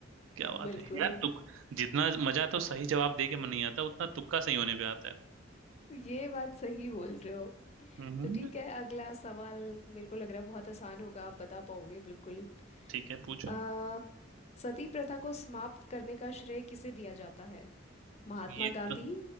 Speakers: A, on the right (about 80°); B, on the left (about 35°).
A: क्या बात
B: बिल्कुल
A: है यार तुक जितना मजा तो सही जवाब दे के मन नहीं आता उतना तुक्का सही होने पे आता है
B: ये बात सही बोल रहे हो
A: हम्म
B: तो ठीक है अगला सवाल मेरे को लग रहा है बहुत आसान होगा आप बता पाओगे बिल्कुल
A: ठीक है पूछो
B: अ, सती प्रथा को समाप्त करने का श्रेय किसे दिया जाता है महात्मा
A: ये
B: गांधी
A: तो